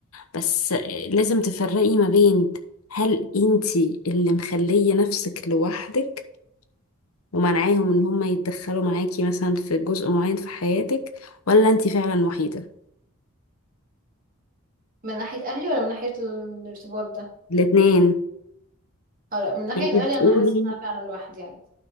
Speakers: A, on the left; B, on the right.
A: بس لازم تفرقي ما بين هل انتي اللي مخلية نفسك لوحدك ومنعاهم ان هما يتدخلوا معاكي مثلا في جزء معين في حياتك ولا انتي فعلا وحيدة
B: من ناحية أهلي ولا من ناحية الارتباط ده؟
A: الاتنين
B: أو لا من ناحية
A: يعني انتي
B: أهلي
A: بتقولي
B: أنا حاسة إن أنا فعلا لوحدي عادي